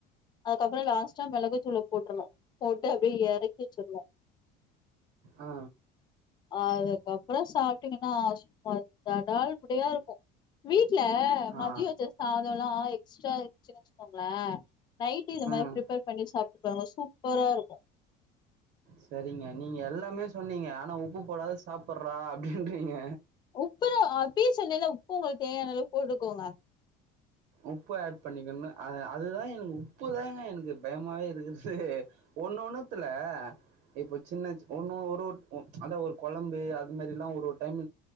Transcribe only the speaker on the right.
ஆ
ஆ
ம்
சரிங்க நீங்க எல்லாமே சொன்னீங்க ஆனா உப்பு போடாது சாப்பிடுறா அப்படின்றீங்க
உப்ப ஆட் பண்ணிக்கணனு அ அதுதா எனக்கு உப்புதாங்க எனக்கு பயமாவே இருக்குது ஒண்ணு ஒண்ணுத்துல இப்ப சின்ன ஒண்ணு ஒரு அத ஒரு கொழம்பு அது மாதிரி லா ஒரு டைம்